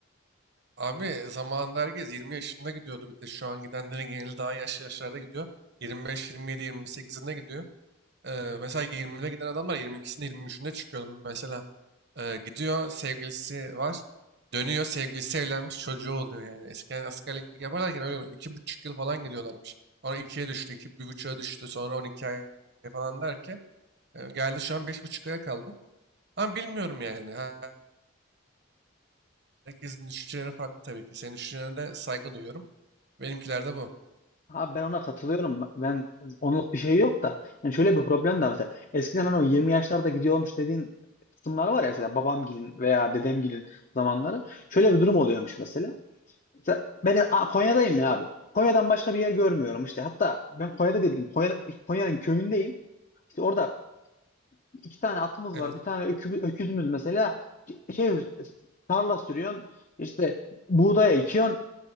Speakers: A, on the right; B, on the left.
A: Abi zamanında herkes 20 yaşında gidiyordu bir de şu an gidenlerin geneli daha yaşlı yaşlarda gidiyor. 25, 27, 28'inde gidiyor. Ee, mesela 20'de giden adamlar 22'sinde 23'ünde çıkıyordu mesela. Ee, gidiyor sevgilisi var. Dönüyor sevgilisi evlenmiş çocuğu oluyor yani. Eskiden askerlik yaparlarken öyle oluyor. iki buçuk yıl falan gidiyorlarmış. Sonra ikiye düştü, 2,5'a düştü. Sonra 12 ay falan derken e, geldi şu an 5,5 aya kaldı. Ama bilmiyorum yani. Her- Herkesin düşünceleri farklı tabii ki. Senin düşüncelerine de saygı duyuyorum. Benimkiler de bu.
B: Abi ben ona katılıyorum. Ben onluk bir şey yok da. Yani şöyle bir problem de var mesela. Eskiden hani o 20 yaşlarda gidiyormuş dediğin kısımlar var ya mesela babamgilin veya dedemgilin zamanları. Şöyle bir durum oluyormuş mesela. Mesela ben de, Aa, Konya'dayım ya abi. Konya'dan başka bir yer görmüyorum işte. Hatta ben Konya'da değilim. Konya, Konya'nın köyündeyim. İşte orada iki tane atımız
A: Evet.
B: var. Bir tane ökü, öküzümüz mesela. Şey tarla sürüyorsun. İşte buğdaya ekiyorsun.